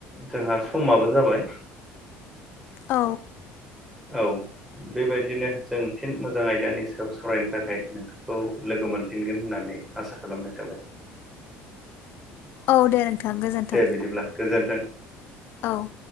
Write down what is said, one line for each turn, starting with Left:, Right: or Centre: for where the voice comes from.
Centre: जोंहा समाबो जाबाय
Left: औ
Centre: औ बेबायदिनो जों फिन मोजां आयदानि सायाव सावरायनो थाखाय नोंथांखौ लोगो मोनफिनगोन होननानै आसा खालामनाय थाबाय।
Left: औ दे नोंथां गोजोन्थों
Centre: दे बिदिब्ला गोजोन्थों
Left: औ